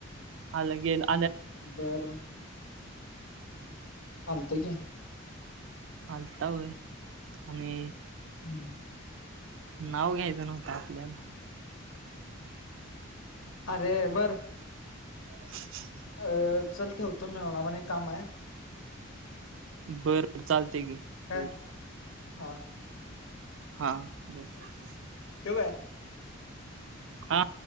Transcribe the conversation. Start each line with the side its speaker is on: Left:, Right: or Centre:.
Right: आलं गेला.
Left: बर बर, आलतं गी!
Right: हलता वय, आणि
Left: हम्.
Right: नाव घ्यायचं नव्हतं आपल्याला!
Left: अरे बर.
Right: <inaudible>
Left: अ चल ठेवतो मी, मला पण एक काम आहे.
Right: बर, चालते गे
Left: काय
Right: तेवढ.
Left: हा.
Right: हा, बर.
Left: ठेव काय?
Right: हा